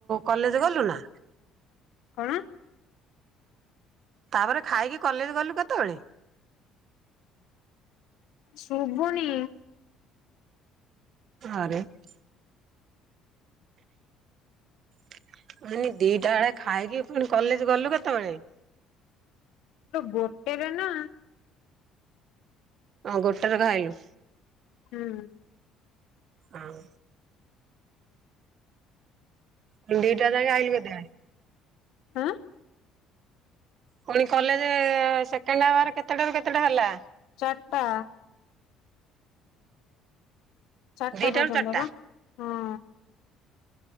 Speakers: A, on the right; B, on the left.
A: କଲେଜ ଗଲୁ ନା?
B: କଣ?
A: ତାପରେ ଖାଇକି କଲେଜ ଗଲୁ କେତେବେଳେ?
B: ଶୁଭୁନି।
A: ଆରେ ମୁଁ ମୁଁ କହିନି ଦିଟା ବେଳେ ଖାଇକି ପୁଣି କଲେଜ ଗଲୁ କେତେବେଳେ?
B: ଗୋଟେରେ ନା।
A: ହଁ ଗୋଟ ରେ ଖାଇଲୁ।
B: ହୁଁ
A: ହଁ। ଉଁ ଦି ଟା ରେ ଯାଇକି ଆଇଲୁ କେତେବେଳେ?
B: ଆଁ।
A: ପୁଣି କଲେଜେ ସେକେଣ୍ଡ ଆୱାର କେତେଟା ରୁ କେତେଟା ହେଲା?
B: ଚାରଟା। ଚାରିଟା
A: ଦିଟାରୁ
B: ପର୍ଯ୍ୟନ୍ତ
A: ଚାରିଟା
B: ପା ହଁ।